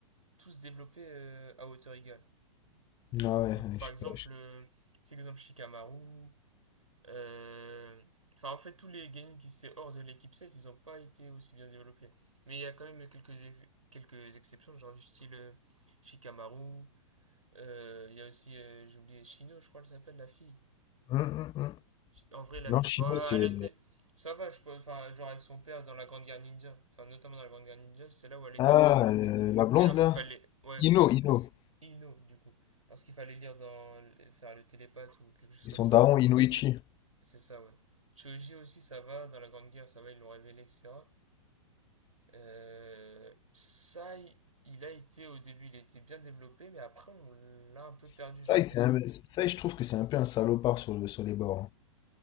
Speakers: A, on the right; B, on the left.
A: tous développés euh, à hauteur égale.
B: Ah ouais,
A: Donc, par
B: je-
A: exemple,
B: je-
A: euh, c'est exemple Shikamaru. euh, Enfin, en fait, tous les genin qui étaient hors de l'équipe 7, ils n'ont pas été aussi bien développés. Mais il y a quand même quelques, ex- quelques exceptions, genre du style euh, Shikamaru. euh, il euh, y a aussi, euh, j'ai oublié, Shino, je crois, elle s'appelle la fille.
B: Hum, hum, hum.
A: En vrai, la,
B: Non,
A: fi-
B: Shino,
A: bah,
B: c'est.
A: elle était, ça va, je peux, enfin, genre avec son père dans la Grande Guerre Ninja, enfin, notamment dans la Grande Guerre Ninja, c'est là où elle était
B: Ah,
A: un peu exploitée.
B: euh,
A: Tu
B: la blonde
A: sais, lorsqu'il
B: là.
A: fallait, ouais,
B: Ino, Ino.
A: lorsqu'il Ino, du coup, lorsqu'il fallait lire dans, faire le télépathe ou quelque chose
B: Et
A: comme
B: son
A: ça,
B: daron, Inoichi.
A: c'est ça, ouais. Choji aussi, ça va, dans la Grande Guerre, ça va, ils l'ont révélé, etc. Euh, ça, il il a été, au début, il était bien développé, mais après, on l'a un peu perdu,
B: Ça,
A: j'ai l'impression.
B: il- c'est un- ça, je trouve que c'est un peu un salopard sur, le- sur les bords. hein.